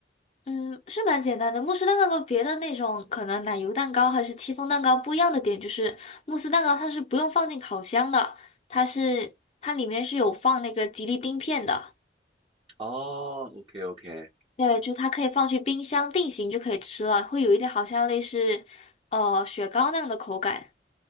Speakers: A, on the left (about 35°); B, on the right (about 30°).
A: 嗯，是蛮简单的。慕斯蛋糕跟别的那种可能奶油蛋糕还是戚风蛋糕不一样的点就是，慕斯蛋糕它是不用放进烤箱的，它是它里面是有放那个吉利丁片的。
B: 哦，OK OK，
A: 对，就它可以放去冰箱定型就可以吃了，会有一点好像类似呃雪糕那样的口感。